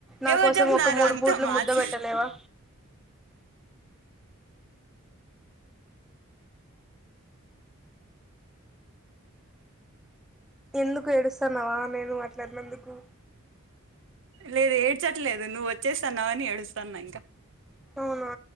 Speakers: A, in the centre; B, on the right.
A: నా
B: ఎవరు
A: కోసం
B: చెప్పినారు
A: ఒక మూడు
B: అంత
A: పూట్లు
B: మార్చ
A: ముద్ద పెట్టలేవా ఎందుకు ఏడుస్తాన్నావా నేను అట్లన్నందుకు
B: లేదు ఏడ్చట్లేదు నువ్వు వచ్చేస్తాన్నావని ఏడుస్తాన్నా ఇంకా
A: అవునా